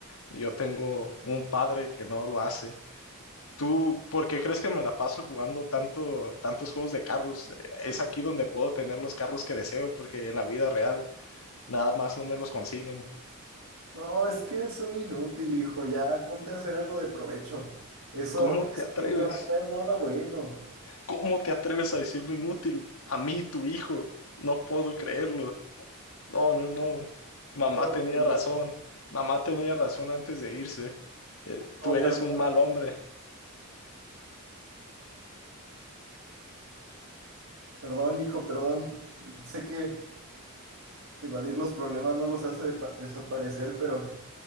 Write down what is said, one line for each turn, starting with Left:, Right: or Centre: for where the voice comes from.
Left: Yo tengo un padre que no lo hace. ¿Tú por qué crees que me la paso jugando tanto, tantos juegos de carros? Eh, Es aquí donde puedo tener los carros que deseo, porque en la vida real nada más no me los consiguen.
Right: No, es que eres un inútil, hijo. Ya ponte a hacer algo de provecho. Eso,
Left: ¿Cómo te
Right: eso
Left: atreves?
Right: no te va a traer nada bueno.
Left: ¿Cómo te atreves a decirme inútil? A mí, tu hijo. No puedo creerlo. No, no, no. Mamá
Right: No,
Left: tenía
Right: perdón.
Left: razón. Mamá tenía razón antes de irse. Eh,
Right: No,
Left: tú eres
Right: perdón.
Left: un mal hombre.
Right: Perdón, hijo, perdón. Sé que evadir los problemas no los hace depa- desaparecer, pero,